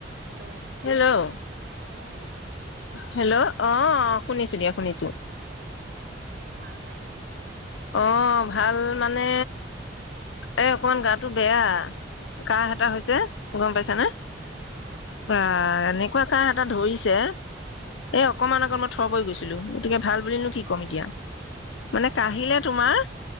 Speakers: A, on the right; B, on the left.
A: হেল্ল'
B: হেল্ল'
A: অহ
B: হেল্ল' অ শুনিছো দিয়া শুনিছো।
A: অহ ভাল নে
B: অহ ভাল মানে এ অকণমান গাটো বেয়া কাহ এটা
A: অ
B: হৈছে গম পাইছানে
A: অ অ
B: বা এনে অ কাৰ হাতত ধৰিছে এ অকমান আগত মই থৰ পৰি গৈছিলো গতিকে ভাল বুলি নো কি ক'ম এতিয়া। মানে কাঢ়িলে
A: অ
B: তোমাৰ